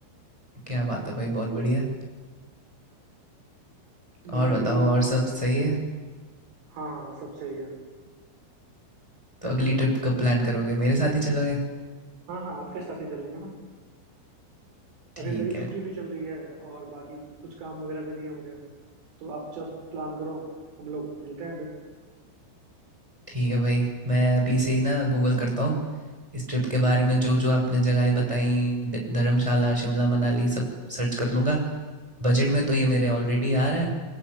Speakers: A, in the centre; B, on the right.
A: क्या बात है भाई बहुत बढ़िया
B: मेरा
A: और बताओ
B: एक दो
A: और सब सही है
B: हाँ हाँ सब सही है
A: तो अगली ट्रिप कब प्लान करोगे मेरे साथ ही चलोगे
B: हाँ हाँ आपके साथ ही चलेंगे ना
A: ठीक
B: अभी मेरी
A: है
B: छुट्टी भी चल रही है और बाकी कुछ काम वगैरह भी नहीं है मुझे तो आप जब प्लान करो हम लोग मिलते हैं फिर
A: ठीक है भाई मैं अभी से ही ना गूगल करता हूँ इस ट्रिप के बारे में जो जो आपने जगहें बताई ध- धर्मशाला शिमला मनाली सब सर्च कर लूँगा बजट में तो ये मेरे ऑलरेडी आ रहा है